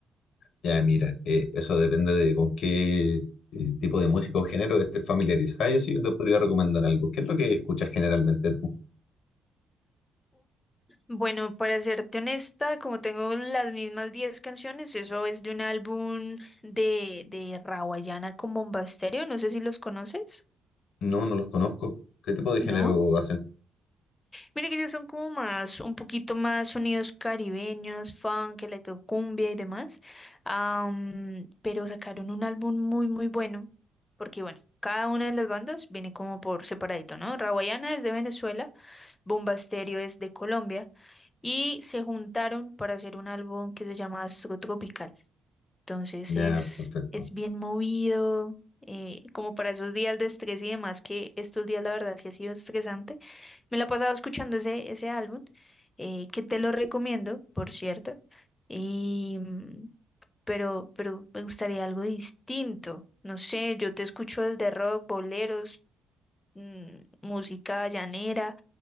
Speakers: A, on the left; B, on the left.
A: Ya, mira, eh, eso depende de con qué eh, tipo de música o género estés familiarizada. Yo sí yo te podría recomendar algo. ¿Qué es lo que escuchas generalmente tú?
B: Bueno, para serte honesta, como tengo las mismas 10 canciones, eso es de un álbum de, de Rawayana con Bombasterio, no sé si los conoces,
A: No, no los conozco. ¿Qué tipo de género
B: ¿no?
A: hacen?
B: Mira que ellos son como más, un poquito más sonidos caribeños, funk, electrocumbia y demás, am, pero sacaron un álbum muy, muy bueno, porque bueno, cada una de las bandas viene como por separadito, ¿no? Rawayana es de Venezuela, Bombasterio es de Colombia, y se juntaron para hacer un álbum que se llama Astro Tropical. Entonces
A: Ya,
B: es,
A: perfecto.
B: es bien movido, eh, como para esos días de estrés y demás, que estos días la verdad sí ha sido estresante. Me la he pasado escuchando ese, ese álbum, eh, que te lo recomiendo, por cierto, y, mm, pero, pero me gustaría algo distinto. No sé, yo te escucho el de rock, boleros, mm, música llanera,